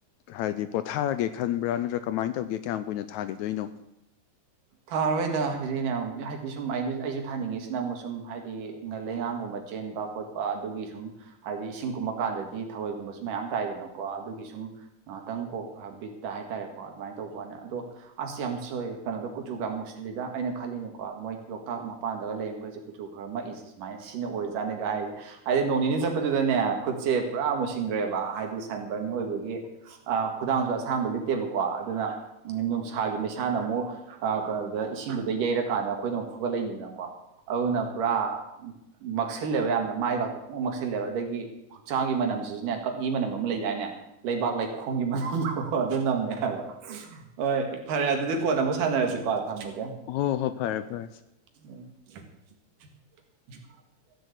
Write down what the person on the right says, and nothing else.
ꯊꯥꯔꯣꯏꯗ ꯍꯥꯏꯗꯤ ꯍꯥꯏꯗꯤ ꯁꯨꯝ ꯑꯩꯁꯨ ꯊꯥꯅꯤꯡꯉꯤꯁꯤꯅ ꯑꯃꯨꯛ ꯁꯨꯝ ꯍꯥꯏꯗꯤ ꯂꯩꯉꯥꯡꯒꯨꯝꯕ ꯆꯦꯟꯕ ꯈꯣꯠꯄ ꯑꯗꯨꯒꯤ ꯁꯨꯝ ꯍꯥꯏꯗꯤ ꯏꯁꯤꯡ ꯀꯨꯝꯃ ꯀꯥꯟꯗꯗꯤ ꯊꯔꯣꯏꯒꯨꯝꯕꯁꯨ ꯃꯌꯥꯝ ꯇꯥꯏꯗꯅꯀꯣ ꯑꯗꯨꯒꯤ ꯁꯨꯝ ꯉꯍꯥꯛꯇꯪ ꯀꯣꯛ ꯕꯤꯠꯇ ꯍꯥꯏꯇꯥꯔꯦ ꯀꯣ ꯑꯗꯨꯃꯥꯏꯅ ꯇꯧꯕꯋꯥꯅꯦ ꯑꯗꯣ ꯑꯁ ꯌꯥꯝ ꯁꯣꯏ ꯀꯩꯅꯣꯗ ꯀꯨꯆꯨꯒ ꯃꯨꯁꯤꯜꯂꯤꯗ ꯑꯩꯅ ꯈꯜꯂꯤꯅꯤꯀꯣ ꯃꯣꯏ ꯂꯣꯛꯇꯥꯛ ꯃꯄꯥꯟꯗꯒ ꯂꯩꯕ ꯈꯩꯁꯦ ꯀꯨꯆꯨ ꯈꯔ ꯃꯛꯏꯁꯦ ꯁꯨꯃꯥꯏ ꯁꯤꯅ ꯑꯣꯏꯖꯥꯠꯅꯤꯒꯥꯏ ꯍꯥꯏꯗꯤ ꯅꯣꯡ ꯅꯤꯅꯤ ꯆꯠꯄꯗꯨꯗꯅꯦ ꯈꯨꯠꯁꯦ ꯄꯨꯔꯥ ꯃꯨꯁꯤꯟꯈ꯭ꯔꯦꯕ ꯍꯥꯏꯗꯤ ꯁꯟꯕꯔꯟ ꯀꯩꯅꯣꯑꯣꯏꯕꯒꯤ ꯑ ꯈꯨꯗꯥꯡꯁꯨ ꯑꯁꯥꯡꯕ ꯂꯤꯠꯇꯦꯕꯀꯣ ꯑꯗꯨꯅ ꯎꯝ ꯅꯨꯡꯁꯥꯒꯤ ꯃꯩꯁꯥꯅ ꯑꯃꯨꯛ ꯑꯀꯩꯅꯣꯗ ꯏꯁꯤꯡꯗꯨꯗ ꯌꯩꯔꯀꯥꯟꯗ ꯑꯩꯈꯣꯏꯗ ꯑꯃꯨ ꯐꯨꯒꯠꯂꯛꯏꯅꯤꯗꯅꯀꯣ ꯑꯗꯨꯅ ꯄꯨꯔꯥ ꯃꯛꯁꯤꯜꯂꯦꯕ ꯌꯥꯝꯅ ꯃꯥꯏ ꯀꯥꯛꯇ ꯄꯨꯡ ꯃꯛꯁꯤꯜꯂꯦꯕ ꯑꯗꯒꯤ ꯍꯛꯆꯥꯡꯒꯤ ꯃꯅ ꯁꯤꯁꯤꯅꯦ ꯀꯛꯏ ꯃꯅꯝ ꯑꯃ ꯂꯩꯗꯥꯏꯅꯦ ꯂꯩꯕꯥꯛ ꯂꯩꯈꯣꯒꯤ ꯃꯝꯗꯣ ꯑꯗꯨ ꯅꯝꯃꯦ ꯍꯥꯏꯕ ꯍꯣꯏ ꯐꯔꯦ ꯑꯗꯨꯗꯤ ꯀꯣꯟꯅ ꯑꯃꯨꯛ ꯁꯅꯔꯁꯤꯀꯣ ꯊꯃꯒꯦ
ꯎ <unintelligible> <inaudible>